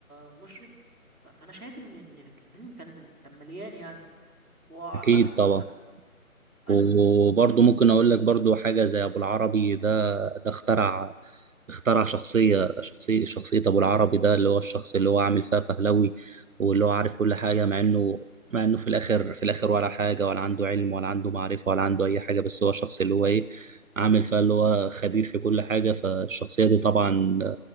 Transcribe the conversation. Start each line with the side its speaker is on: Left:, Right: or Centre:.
Centre: مشرف ف- فانا شايف ان إن الفيلم كان كان مليان يعني واعتقد
Right: أكيد طبعا
Centre: ايوه
Right: وبرضه
Centre: اتفضل
Right: ممكن أقول لك برضه حاجة زي أبو العربي ده ده اخترع اخترع شخصية شخصية شخصية أبو العربي ده اللي هو الشخص اللي هو عامل فيها فهلوي واللي هو عارف كل حاجة مع إنه مع إنه في الآخر في الآخر ولا حاجة ولا عنده علم ولا عنده معرفة ولا عنده أي حاجة بس هو الشخص اللي هو إيه عامل فيها اللي هو خبير في كل حاجة فالشخصية دي طبعا